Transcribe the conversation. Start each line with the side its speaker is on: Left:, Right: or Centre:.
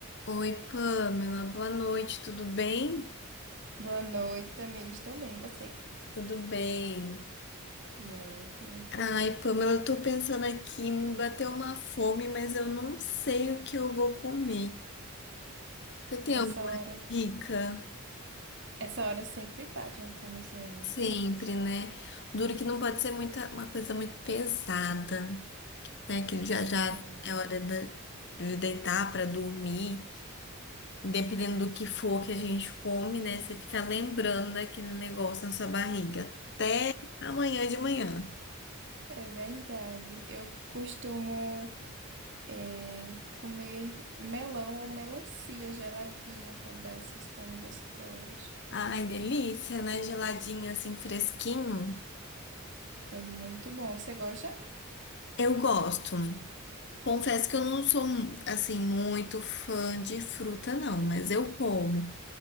Left: Oi, Pamela, boa noite, tudo bem?
Right: Boa noite, Tamir. Estou bem, e você?
Left: Tudo bem.
Right: Que ótimo.
Left: Ai, Pamela, eu tô pensando aqui, me bateu uma fome, mas eu não sei o que eu vou comer. Você tem
Right: Essa
Left: alguma
Right: hora,
Left: dica?
Right: essa hora sempre bate uma fomezinha, né,
Left: Sempre,
Right: Tamires?
Left: né? Duro que não pode ser muita, uma coisa muito pesada, né? Que
Right: Sim.
Left: já já é hora da- de deitar para dormir. E dependendo do que for que a gente come, né? Você fica lembrando daquele negócio na sua barriga. Amanhã de manhã.
Right: É verdade. Eu costumo eh, comer melão ou melancia geladinho quando dá essas fomes, essas horas.
Left: Ai, delícia, né? Geladinho assim, fresquinho.
Right: É muito bom. Você gosta?
Left: Eu gosto. Confesso que eu não sou assim muito fã de fruta, não, mas eu como